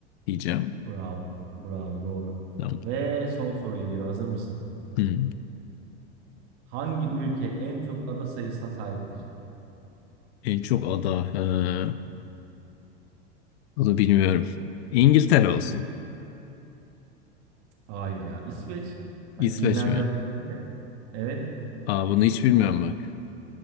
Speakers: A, on the left; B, on the right.
A: diyeceğim.
B: Bravo, bravo, doğru.
A: Tamam.
B: Ve son soru geliyor. Hazır mısın?
A: Hı.
B: Hangi ülke en çok ada sayısına sahiptir?
A: En çok ada. Ee, bunu bilmiyorum. İngiltere olsun.
B: Hayır ya. İsveç. Hani
A: İsveç
B: binlerce
A: mi?
B: adası var ya. Evet.
A: Aa bunu hiç bilmiyorum bak.